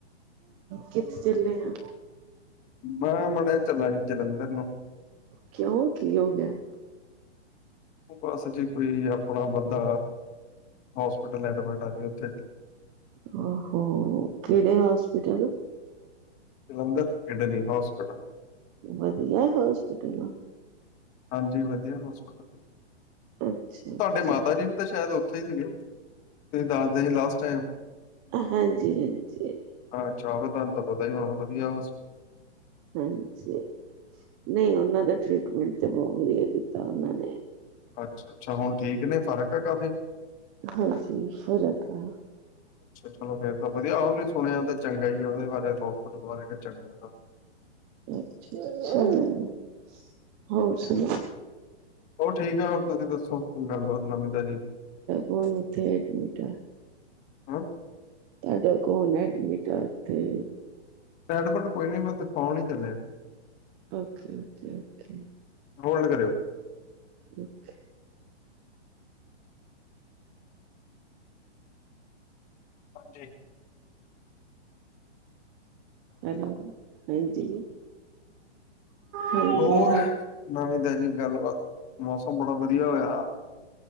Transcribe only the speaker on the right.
ਕਿੱਥੇ ਚੱਲੇ ਆ।
ਕਿਉਂ ਕੀ ਹੋ ਗਿਆ।
ਉਹ ਹੋ ਕਿਹੜੇ ਹੋਸਪਿਟਲ-
ਵਧੀਆ ਹੋਸਪਿਟਲ।
ਅੱਛਾ ਅੱਛਾ
ਅ ਹਾਂਜੀ, ਹਾਂਜੀ।
ਹਾਂਜੀ। ਨਹੀਂ ਓਨਾਂ ਦਾ ਟ੍ਰਰੀਟਮੈਂਟ ਤਾਂ ਬੌਤ ਵਧੀਆ ਕੀਤਾ ਓਹਨਾਂ ਨੇ।
ਹਾਂਜੀ ਫ਼ਰਕ ਆ
ਅੱਛਾ, ਅ ਹੋਰ ਸੁਣਾਓ?
ਹੁਣ ਓਥੇ ਐਡਮਿਟ ਆ।
ਤੁਹਾਡਾ ਕੋੌਣ ਐਡਮਿਟ ਆ ਓਥੇ?
ਓਥੇ-ਓਥੇ, ਓਥੇ।
ਰੁੱਖੇ। <unintelligible>
ਹੈਲੋ, ਹਾਂਜੀ। ਹਾਂਜੀ
ਹਾਂ